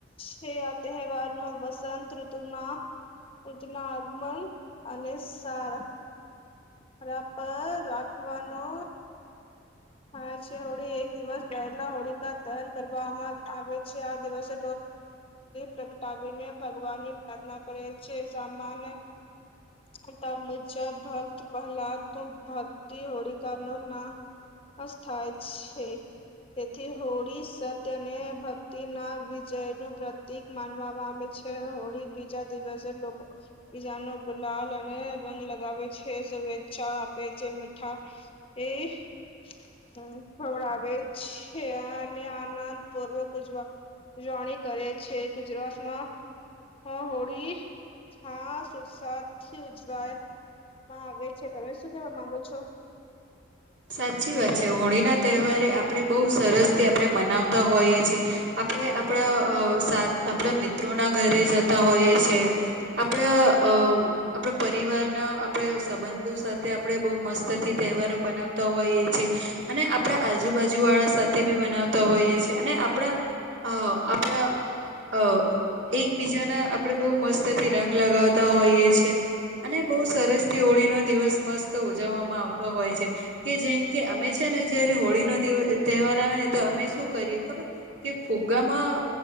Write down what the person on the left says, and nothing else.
છે, આ તહેવાર નો વસંત ઋતુ માં. <unintelligible> આગમન અને સારા. <unintelligible> પર રાખવાનો. <unintelligible> છે, હોળી એક દિવસ પહેલા હોળીકા દહન કરવામાં આવે છે, આ દિવસે પ્રગટાવીને ભગવાન ની પ્રાર્થના કરે છે, સામાન્ય. <unintelligible> મુજબ ભક્ત પહેલાદ ભક્તિ હોળી <unintelligible> <unintelligible> તેથી હોળી સત્યને ભક્તિ ના વિજય નું પ્રતિક. માનવામાં આવે છે હોળી બીજા દિવસે લોકો બીજાનો ગુલાલ અને રંગ લગાવે છે શુભેચ્છા આપે છે મીઠા એ હમ ખવડાવ છે અને આનંદ પૂર્વ ઉજવા પૂજવાની કરે છે ગુજરાતમાં હા હોળી થી ઉજવાય. <unintelligible> માં આવે છે, તમે શું કેવા માંગો છો.